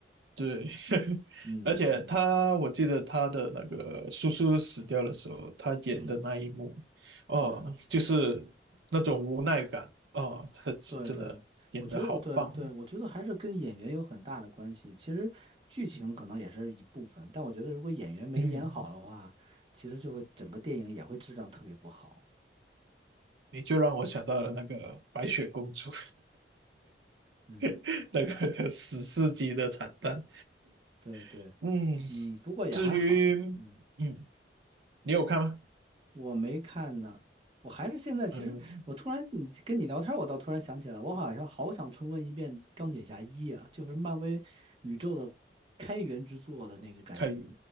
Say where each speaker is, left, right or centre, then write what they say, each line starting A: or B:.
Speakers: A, on the right; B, on the right.
A: 对，
B: <laughs>
A: <laughs>
B: 嗯嗯
A: 而且他，我记得他的那个叔叔死掉的时候，他演的那一幕，
B: 嗯，
A: 哦，
B: 对。
A: 就是那种无奈感，哦，他真的演得好棒，
B: 对对，我觉得我对对，我觉得还是跟演员有很大的关系。其实剧情可能也是一部分，但我觉得如果演员没演好的话，
A: 嗯，
B: 其实就会整个电影也会质量特别不好。
A: 你就让我想到了那个白雪公主，
B: 嗯，
A: <laughs> 那个史诗级的惨淡，
B: 对对，
A: <laughs> 嗯，
B: 嗯，不过也还好。
A: 至于，
B: 嗯，
A: 嗯，你有看吗？
B: 我没看呢，我还是现在其实我突然你跟你聊天儿我倒突然想起来，
A: 嗯，
B: 我好像好想重温一遍《钢铁侠一》啊，就是漫威宇宙的开源之作的那个感觉。
A: 看，